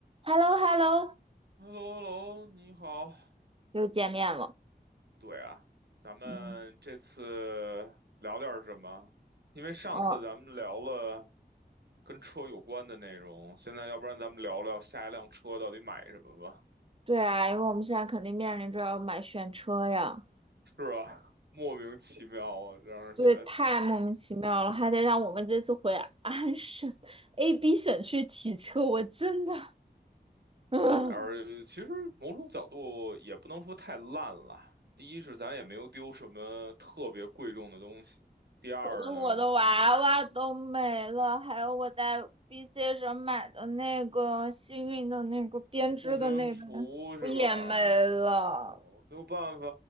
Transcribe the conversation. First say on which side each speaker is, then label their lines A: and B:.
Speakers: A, on the right; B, on the right.
A: h e l l o h e l l o
B: h e l l o h e l l o 你好。
A: 又见面了。
B: 对啊，咱们这次
A: 嗯，
B: 聊点儿什么？因为上次咱们聊了
A: 哦，
B: 跟车有关的内容，现在要不然咱们聊聊下一辆车到底买什么吧？
A: 对啊，因为我们现在肯定面临着要买选车呀，
B: 是啊，莫名其妙啊，让人觉得。
A: 对，太莫名其妙了，还得让我们这次回安省 AB 省去提车，我真的，嗯，
B: 而其实某种角度也不能说太烂了。第一是咱也没有丢什么特别贵重的东西，
A: <laughs>
B: 第二呢。
A: 可是我的娃娃都没了，还有我在 BC 省买的那个幸运的那个编织的那个，
B: 护身符是吧？
A: 我也没了。
B: 哦没有办法，